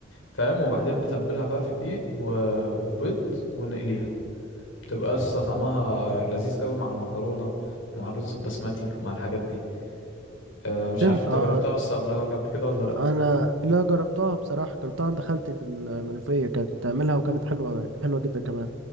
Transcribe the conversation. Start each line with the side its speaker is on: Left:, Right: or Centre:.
Left: فاهم وبعدين نتبلها بقى في دقيق و... وفي بيض ونقليها تبقى قصة طعمها لذيذ قوي مع المكرونة ومع الرز البسمتي ومع الحاجات دي أه مش
Right: تنفع
Left: عارف انت جربتها آه. قصة قبلها قبل كده ولا لا
Right: انا لا جربتها بصراحه جربتها عند خالتي في المنوفيه كانت بتعملها وكانت حلوه حلوه جدا كمان